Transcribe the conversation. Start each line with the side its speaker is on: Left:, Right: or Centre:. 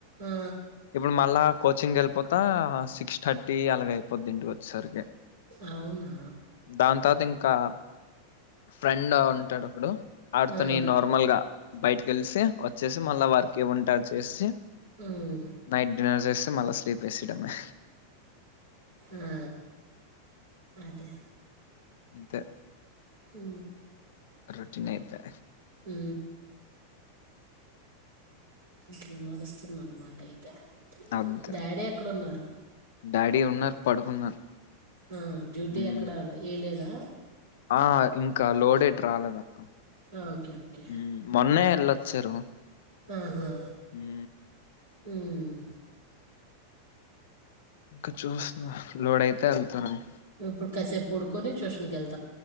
Right: ఆ!
Left: ఇప్పుడు మల్లా కోచింగ్ వెళ్ళిపోతా సిక్స్ థర్టీ అలాగ అయిపోద్ది ఇంటికి వచ్చేసరికి
Right: అవునా!
Left: దాని తరవాత ఇం కా ఫ్రెండ్ ఉంటాడు ఒకడు ఆడితోని
Right: ఆ!
Left: నార్మల్ గా బయట కలిసి వచ్చేసి మళ్ళా వర్కే ఉంటే అవి చేసి
Right: హ్మ్.
Left: నైట్ డిన్నర్ చేసి మళ్ళీ స్లీప్ వేసేయడమే
Right: ఆ అదే
Left: అంతే
Right: అ
Left: రొటీన్ అంతే
Right: ఉ అట్లా నడుస్తున్నామాట యితే
Left: అంతే
Right: డాడీ ఎక్కడన్నారు
Left: డాడీ ఉన్నారు పడుకున్నారు
Right: ఆ డ్యూటీ
Left: ఉమ్.
Right: ఎక్కడ ఏ లేదా
Left: ఆ ఇంకా లోడేట్ రాలేదక్క
Right: ఆ! ఓకే. ఓకే.
Left: ఉ మొన్నే వెళ్ళొచ్చారు
Right: ఆహా!
Left: ఊ
Right: హ్మ్.
Left: ఇంకా చూస్తున్నా లోడ్ అయితే వెళ్తా రని
Right: ఇప్పుడు కాసేపు పొడుకొని ట్యూషన్ కి ఎల్